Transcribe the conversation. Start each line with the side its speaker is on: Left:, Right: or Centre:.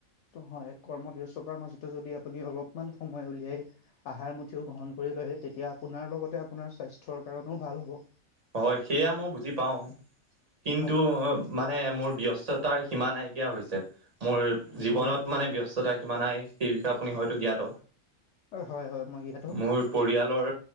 Left: হয় কৰ্মবস্ততাৰ মাজতে যদি আপুনি অলপমান সময় উলিয়াই আহাৰ মুঠিও গ্ৰহণ কৰি লয় তেতিয়া আপোনাৰ লগতে আপোনাৰ স্বাস্থ্যৰ কাৰণেও ভাল হ'ব।
Right: হয় সেয়া মই বুজি পাওঁ, কিন্তু
Left: হয়
Right: মানে মোৰ ব্যস্ততাৰ সীমা নাইকিয়া হৈছে, মোৰ জীৱনত
Left: হয়
Right: মানে ব্যস্ততাৰ সীমা নাই সেই বিষয়ে আপুনি হয়তো জ্ঞাত,
Left: হয় হয় মই ইয়াতো
Right: মোৰ পৰিয়ালৰ